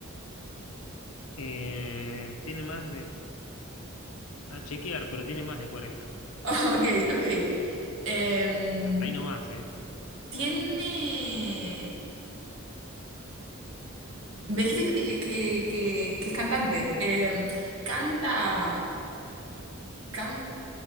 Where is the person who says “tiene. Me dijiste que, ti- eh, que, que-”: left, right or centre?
Right